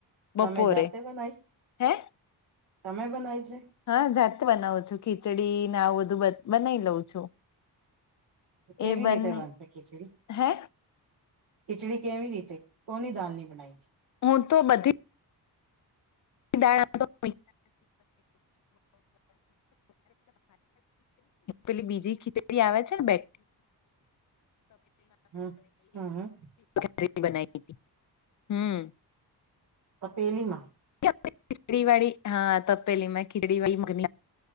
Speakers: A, on the right; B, on the left.
A: તમે
B: બપોરે.
A: જાતે બનાવી
B: હેં?
A: તમે બનાય છે?
B: હા જાતે બનાવું છું. ખીચડી ને આવું બધું બ બનાઈ લઉં છું.
A: તો કેવી
B: એ બને
A: રીતે બનશે ખીચડી?
B: હે?
A: ખિચડી કેવી રીતે, કોની દાલની બનાઈ છે?
B: હું તો બધી દાળ <inaudible> <unintelligible> પેલી બીજી ખીચડી આવે છે ને
A: હમ હમ
B: <unintelligible> <unintelligible> <inaudible> બનાઈ તી. હમ્મ.
A: તપેલીમાં?
B: <inaudible> ખિચડી વાળી, હા તપેલી માં,